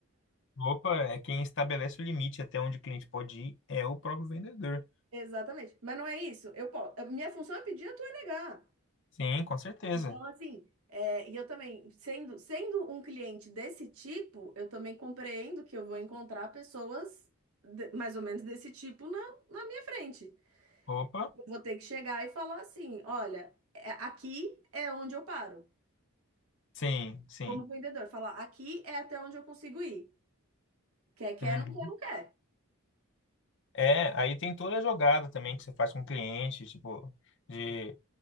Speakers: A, on the left; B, on the right.
A: Opa, é quem estabelece o limite até onde o cliente pode ir é o próprio vendedor.
B: Exatamente. Mas não é isso. Eu posso, a minha função é pedir, a tua é negar.
A: Sim, com certeza.
B: Então, assim, é, e eu também, sendo, sendo um cliente desse tipo, eu também compreendo que eu vou encontrar pessoas de- mais ou menos desse tipo na, na minha frente.
A: Opa,
B: Eu vou ter que chegar e falar assim: olha, é- aqui é onde eu paro.
A: sim, sim.
B: Como vendedor, falar aqui é até onde eu consigo ir. Quer, quer,
A: Uhum.
B: não quer, não quer.
A: É, aí tem toda a jogada também que você faz com o cliente, tipo, de